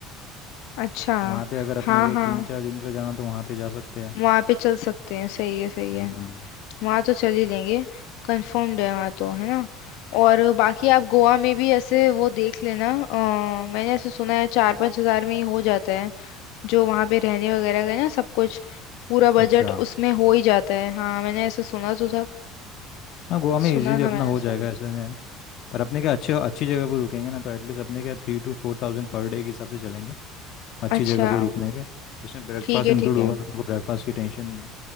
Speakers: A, on the left; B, on the left.
A: अच्छा
B: वहाँ पे अगर अपने
A: हाँ
B: को
A: हाँ
B: तीन चार दिन के लिए जाना तो वहाँ पे जा सकते हैं
A: वहाँ पे चल सकते हैं सही है सही
B: हम्म
A: है वहाँ तो चल ही लेंगे कंफर्म्ड है वहाँ तो है ना और बाकी आप गोवा में भी ऐसे वो देख लेना अ, मैंने ऐसे सुना है चार पाँच हजार में ही हो जाता है जो वहाँ पे रहने वगैरह का ना सब कुछ पूरा बजट
B: अच्छा
A: उसमें हो ही जाता है हाँ मैंने ऐसे सुना तो था
B: हाँ गोवा में
A: सुना
B: इजीली
A: था
B: अपना
A: मैंने
B: हो
A: ऐसा
B: जाएगा ऐसे है पर अपने क्या अच्छे अच्छी जगह पर रुकेंगे ना तो एटलीस्ट अपने क्या थ्री टू फोर थाउजेंड पर डे के हिसाब से चलेंगे अच्छी
A: अच्छा
B: जगह पर रुकने के जिसमें ब्रेकफास्ट
A: ठीक है
B: इंक्लूड
A: ठीक है
B: होगा तो अपने को ब्रेकफास्ट की टेंशन नहीं है